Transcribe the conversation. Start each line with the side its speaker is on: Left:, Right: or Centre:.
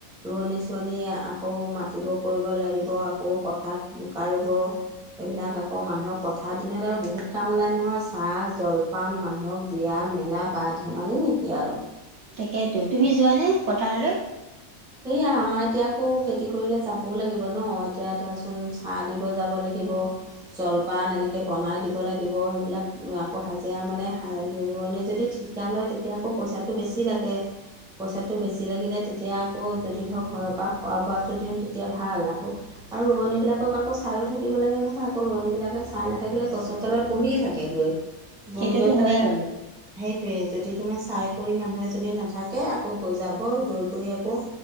Centre: ৰোৱনী চোৱনীয়ে আকৌ মাটিবোৰ কৰিব লাগিব আকৌ পথাত বোকা ৰুব এইবিলাক আকৌ মানুহক পথাৰ দিনত আৰু বহুত কাম ওলাই নহয়, চাহ জলপান মানুহক দিয়া মেলা বা ধেমালি নেকি আৰু
Right: তাকেটো তুমি যোৱানে পথাৰলৈ
Centre: সেইয়া আমাৰ এতিয়া আকৌ খেতি কৰিলে যাবও লাগিব ন এতিয়া ধৰাচোন চাহ দিব যাব লাগিব জলপান এনেকৈ বনাই দিব লাগিব সেইবিলাক আকৌ হাজিৰা মানে ৰোৱনীয়ে যদি ঠিক ঠিকা লয় তেতিয়া আকৌ পইচাটো বেছি লাগে পইচাটো বেছি লাগিলে তেতিয়া আকৌ যদি ধৰক ঘৰৰ পৰা খোৱা বোৱাটো দিওঁ তেতিয়া ভাল আকৌ আৰু ৰোৱনীবিলাকক আকৌ চাইও থাকিব লাগে নহয় আকৌ ৰোৱনীবিলাকে চাই নাথাকিলে গছৰ তলত বহিয়ে থাকে <unintelligible>
Right: সেইটোতো
Centre: গৈ গৈ পেলায়
Right: হয়েই বাৰু।
Centre: সেইটোৱেই যদি তোমাৰ চাই কৰি মানুহে যদি নাথাকে আকৌ গৈ যাব গৈ কৰি আকৌ